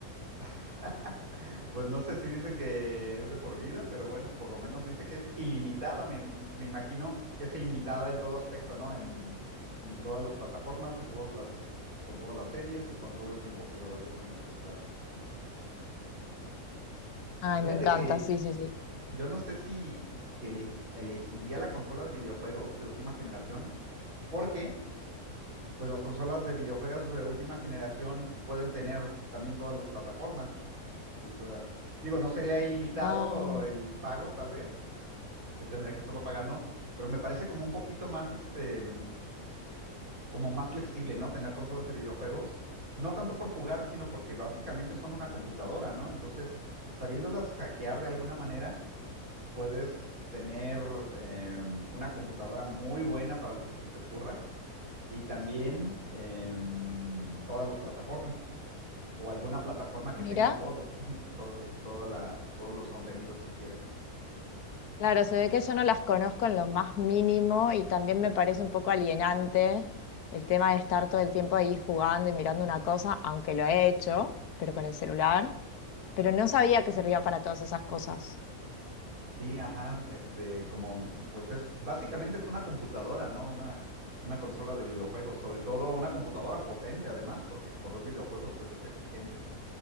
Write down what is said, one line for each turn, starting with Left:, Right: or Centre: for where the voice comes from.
Right: <laughs> Pues no sé si dice que es de por vida, pero bueno, por lo menos dice que es ilimitada. Me, me imagino que es ilimitada en todo aspecto, ¿no? En, en todas las plataformas, en todas las, con todas las series y con todo el tiempo que lo vayas a necesitar.
Left: Ay,
Right: Fíjate
Left: me encanta,
Right: que
Left: sí, sí, sí.
Right: yo no sé si, si ele- elegiría la consola de videojuegos de última generación, porque pues las consolas de videojuegos de última generación pueden tener también todas las plataformas. O sea, digo, no sería ilimitado
Left: Ah,
Right: el pago, tal vez, se tendría que estarlo pagando, pero me parece como un poquito más, este, como más flexible, ¿no? Tener consolas de videojuegos, no tanto por jugar, sino porque básicamente son una computadora, ¿no? Entonces, sabiéndolas hackear de alguna manera, puedes tener eh, una computadora muy buena para lo que se te ocurra y también em, todas las plataformas o alguna plataforma que
Left: mira,
Right: tenga todo, <laughs> todo, toda la, todos los contenidos que quieras.
Left: claro, se ve que yo no las conozco en lo más mínimo y también me parece un poco alienante el tema de estar todo el tiempo ahí jugando y mirando una cosa, aunque lo he hecho, pero con el celular, pero
Right: Ajá.
Left: no sabía que servía para todas esas cosas.
Right: Sí, ajá, este, como, pues es, básicamente es una computadora, ¿no? Una, una consola de videojuegos, sobre todo una computadora potente además, porque correr videojuegos pues es exigente.